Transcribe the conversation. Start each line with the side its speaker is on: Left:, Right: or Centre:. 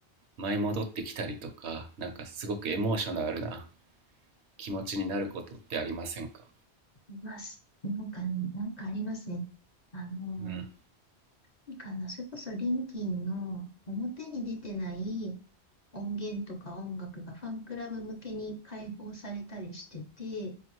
Right: 舞い戻ってきたりとか、なんかすごくエモーショナルな気持ちになることってありませんか
Left: います。なんか、なんかありますね。あの
Right: うん。
Left: ー、いいかな、それこそリンキンの表に出てない音源とか音楽がファンクラブ向けに開放されたりしてて、